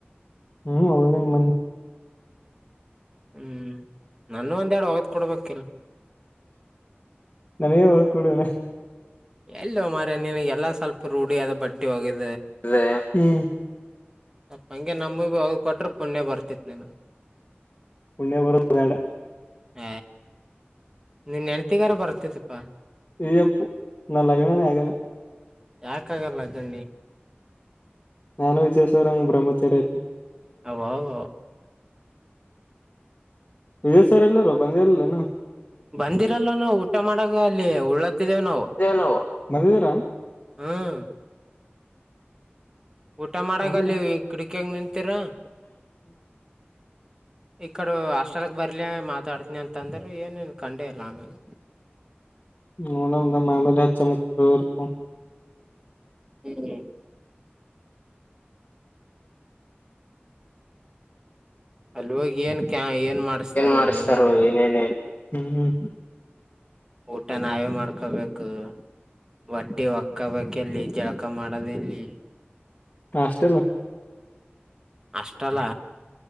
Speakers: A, on the left; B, on the right.
A: ಹ್ಮ್ ಹೋಗದನ್ ಮನ್ನಿ
B: ಹ್ಮ್ ನನ್ನು ಒಂದೆಡು ಒಗತ್ ಕೊಡ್ಬೇಕಿಲ್
A: ನನಗೆ ಹೋಗ ಕೊಡುವನೆ
B: ಎಲ್ಲ ಮಾರ ನಿಿನಗೆ ಎಲ್ಲಾ ಸ್ವಲ್ಪ ರೂಢಿ ಅದ ಬಟ್ಟಿ ಹೋಗಿದ
A: ರ ಹ್ಮ
B: ಸ್ಲ್ಪ ಹಂಗೆ ನಮ ಭ ಹೋಗ ಕೊಟ್ರೆ ಪುಣ್ಯ ಬರ್ತಿತ್ ನನು
A: ಪುಣ್ಯ ಬರದ ಬ್ಯಾಡ
B: ಹ ನಿನ್ ಹೆನ್ತಿಗಾರ ಬರ್ತತಿಪ್ಪಾ
A: ಇ ಅಪ್ಪು ನ ಲಗ್ನನೆ ಆಗಾಲ
B: ಯಾಕ ಆಗಲ್ಲ ನಿ ಲಗ್ನ
A: ನಾನು ವಿಶ್ವೇಶ್ವರಯ್ಯ ಹಂಗ ಬ್ರಹ್ಮಚರಿತಿ
B: ಅಬಾಬ
A: ವಿಜಯ್ ಸರ್ ಎಲ್ಲಾರೋ ಬಂದಿಇಲ್ಲೇನ
B: ಬಂದಿರಲ್ಲ ನಾವು ಊಟ ಮಾಡಾಗ ಅಲ್ಲಿ ಉಳ್ಳತ್ತಿದ್ದೇವು ನಾವು
A: ನಾವು ಬಂದಿದೀರಾ
B: ಹ್ಮ್ ಊಟ ಮಾಡಾಗಲ್ಲಿ
A: ಹ್ಮ್
B: ಕಿಡಕಿಯಾಗ ನಿಂತೀರ ಇಕ್ಕಡ ಹಾಸ್ಟಲ್ಗೆ ಬರಲಿ ಮಾತಾಡ್ತನಿ ಅಂತ ಅಂದರು ಏ ನನು ಕಖಂಡ ಇಲ್ಲಾ ಆಮೇಲೆ
A: ನೋಡೋಣ ದಮ್ ಆಮೇಲೆ ಹಚ್ಚ ಫೋನ್ <unintelligible>
B: ಹ್ಮ್ ಹ್ಮ್ ಅಲ ಹೋಗಿ ಏನ್ ಕ ಏನ್ ಮಾಡಸ್ತಾರ
A: ಮಾಡಿಸ್ತಾರೋ
B: ಏನೇನಿಲ್ಲ
A: ಏನೇನ ಹ್ಮ್ ಹ್ಮ್ ಹ್ಮ
B: ಊಟ ನಾವೇ ಮಾಡ್ಕೊಬೇಕು. ವಟ್ಟಿ ಒಕ್ಕಬಕಲ್ಲಿ ಜಳಕ ಮಾಡದೆಲ್ಲಿ
A: ಹಾಸ್ಟೆಲ್
B: ಹಾಸ್ಟೆಲ್